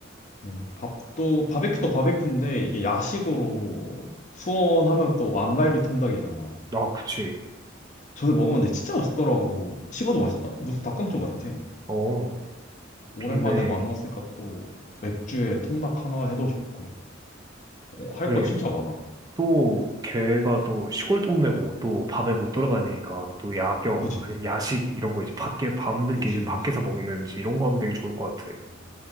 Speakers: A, on the left; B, on the right.
A: 음, 밥도, 바베큐도 바베큐인데 이게 야식으로 수원하면 또 왕갈비 통닭이잖아.
B: 아, 그치.
A: 전에 먹었는데 진짜 맛있더라고. 식어도 맛있다? 무슨 닭강정 같아.
B: 어,
A: 오랜만에
B: 좋네.
A: 만났으니까 또 맥주에 통닭 하나 해도 좋고. 어, 할거
B: 그래.
A: 진짜 많아.
B: 또 걔가 또 시골 동네고 또 밤에 못 돌아다니니까 또 야경,
A: 그지,
B: 아니
A: 그지.
B: 야식 이런 거 이제 밖에 밤늦게
A: 그지,
B: 이제 밖에서
A: 그지.
B: 먹는지 이런 거 하면 되게 좋을 것 같아.
A: 음.